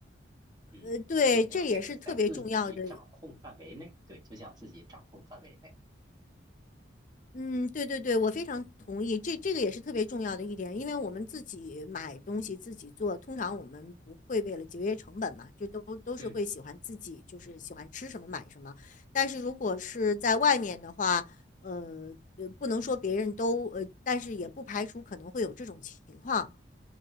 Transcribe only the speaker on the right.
嗯，
就这样是在自己掌控范围内，
对，就像自己掌控范围内。
嗯，